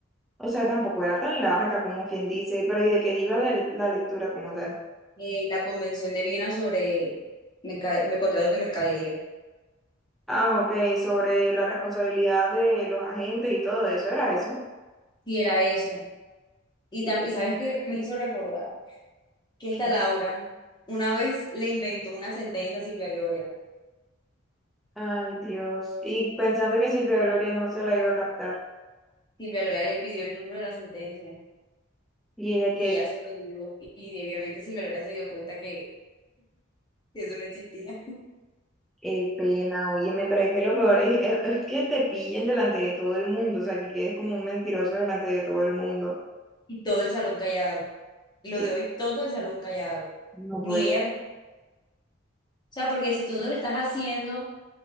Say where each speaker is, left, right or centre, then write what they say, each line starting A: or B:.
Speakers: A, in the centre; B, on the left.
A: O sea, tampoco era tan larga como quien dice, pero y de qué iba la, le- la lectura como tal.
B: eh, la Convención de Viena sobre merca- me- contratos de mercadería,
A: Ah, ok, sobre la responsabilidad de los agentes y todo eso, era eso.
B: y era eso. Y,
A: Y
B: tam-
A: como
B: y sabes qué me hizo recordar que
A: que,
B: esta Laura una vez le inventó una sentencia a Silvia Gloria.
A: Ay, Dios. Y pensando que Silvia Gloria no se la iba a captar.
B: Silvia Lora le pidió el número de la sentencia
A: Y ella,
B: y
A: qué,
B: ella se lo dio. Y obviamente Silvia Lora se dio cuenta que eso no existía.
A: qué pena, óyeme, pero es que lo peor es, es- es que te pillen delante de todo el mundo, o sea, que quedes como un mentiroso delante de todo el mundo.
B: Y todo el salón callado. Lo
A: Y
B: de hoy, todo el salón callado.
A: no puede.
B: Ni ella. re- O sea, porque si tú no lo estás haciendo,